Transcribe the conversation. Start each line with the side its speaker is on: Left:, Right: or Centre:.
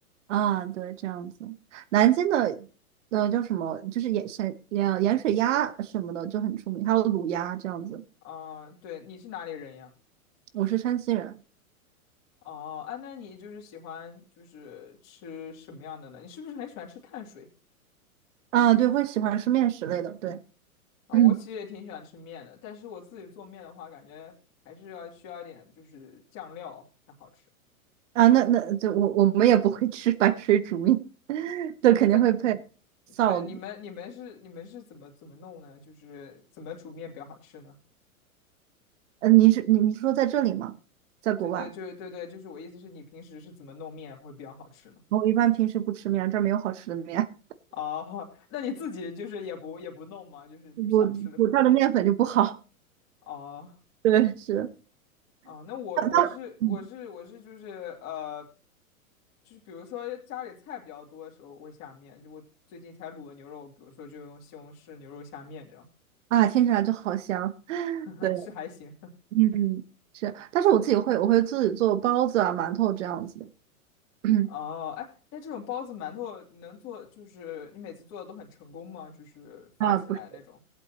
Right: 啊，对，这样子。南京的，呃，叫什么，就是盐山盐盐水鸭什么的就很出名，还有卤鸭这样子。
Left: 嗯，对，你是哪里人呀？
Right: 我是山西人，
Left: 哦，哎，那你就是喜欢就是吃什么样的呢？你是不是很喜欢吃碳水
Right: 啊，对，会喜欢吃面食类的，对，<clears throat>
Left: 啊？
Right: 嗯，
Left: 我其实也挺喜欢吃面的，但是我自己做面的话，感觉还是要需要一点就是酱料才好吃。
Right: 啊，那那就我我们也不会吃白水煮面，<laughs> 对，肯定会配
Left: 那
Right: 臊子。
Left: 对你们你们是你们是怎么怎么弄呢？就是怎么煮面比较好吃呢？
Right: 嗯、呃你是你你说在这里吗？在国外，
Left: 对对，就是对对，就是我意思是你平时是怎么弄面会比较好吃呢？
Right: 我一般平时不吃面，这儿没有好吃的面，
Left: 哦，<laughs> 那你自己就是也不也不弄吗？就是你想吃的时候。
Right: <laughs> 我我这儿的面粉就不好，
Left: 哦
Right: 对，是，
Left: 啊，那我我是我是我是就是呃，
Right: <laughs> 它它嗯
Left: 就是比如说家里菜比较多的时候，我会下面。就我最近才卤的牛肉，比如说就用西红柿牛肉下面这样，
Right: 啊，听起来就好香。
Left: <laughs>
Right: 对。
Left: 是还行。
Right: 嗯，是，但是我自己会，我会自己做包子啊、馒头这样子的。<clears throat>
Left: 哦，哎，那这种包子、馒头能做，就是你每次做的都很成功吗？就是发起来那种。
Right: 啊，不是